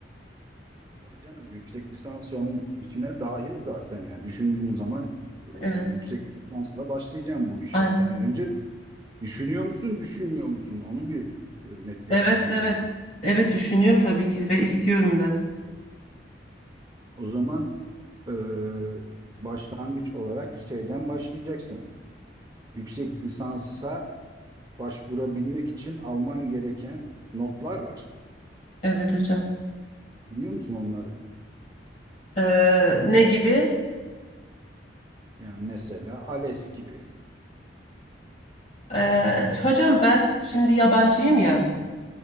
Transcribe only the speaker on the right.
Tabii canım yüksek lisans onun içine dahil zaten yani düşündüğüm zaman e,
yüksek lisansla başlayacağım bu işe.
Yani önce düşünüyor musun, düşünmüyor musun? Onu bir e, netleştirmen
lazım.
O zaman e, başlangıç olarak şeyden başlayacaksın. Yüksek lisansa başvurabilmek için alman gereken notlar var.
Biliyor musun onları?
Yani mesela ALES gibi.